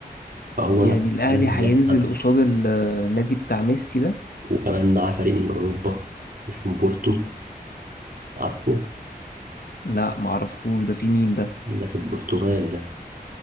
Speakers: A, on the right (about 60°); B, on the left (about 70°).
A: فهو
B: يعني
A: نفس
B: الاهلي
A: الكلام
B: هينزل
A: هيحصل
B: قصاد ال- النادي بتاع ميسي ده
A: وكمان معاه فريق من أوروبا اسمه بورتو عارفه
B: لا معرفوش ده في مين ده
A: ده في البرتغال ده